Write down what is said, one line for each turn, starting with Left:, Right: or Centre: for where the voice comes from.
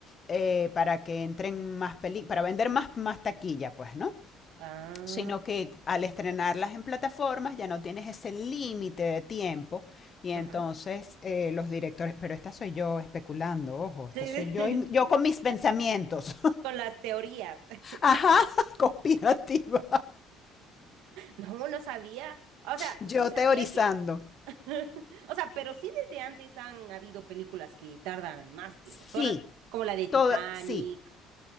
Left: eh, para que entren más películas, para vender más, más taquilla, pues, ¿no?
Right: Ah,
Left: sino que al estrenarlas en plataformas ya no tienes ese límite de tiempo y entonces
Right: ajá.
Left: eh, los directores, pero esta soy yo especulando, ojo, esta
Right: Sí,
Left: soy yo
Right: sí.
Left: y yo
Right: <laughs>
Left: con mis pensamientos,
Right: Con las teorías. <laughs>
Left: <laughs> ajá, conspirativa,
Right: No, no sabía. O sea,
Left: yo
Right: sí sabía
Left: teorizando.
Right: que. <laughs> O sea, pero sí desde antes han habido películas que tardan más de
Left: Sí,
Right: dos horas, como la de Titanic.
Left: todo, sí,